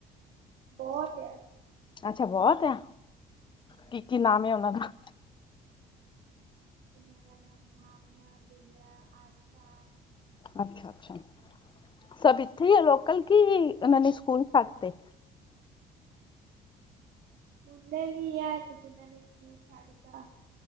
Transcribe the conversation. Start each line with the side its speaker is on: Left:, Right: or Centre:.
Right: ਬੋਤ ਐ।
Left: ਅੱਛਾ ਬੋਤ ਆ, ਕੀ ਕੀ ਨਾਮ ਏ ਓਨਾਂ ਦਾ?
Right: ਉਹਨਾਂ ਦਾ ਨਾਮ ਭਾਵਨਾ, ਬਿੰਦਰਾ, ਆਸਥਾ
Left: ਅੱਛਾ-ਅੱਛਾ
Right: ਸ਼ਸ਼ੀ
Left: ਸਭ ਇੱਥੇ
Right: ਕਲਾ
Left: ਈ ਆ ਲੋਕਲ, ਕਿ ਉਹਨਾਂ ਨੇ ਸਕੂਲ ਫਟਤੇ।
Right: ਸਕੂਲੇ ਵੀ ਐ, ਤੇ ਜਿਨ੍ਹਾਂ ਨੇ ਸਕੂਲ ਛੱਡਤਾ।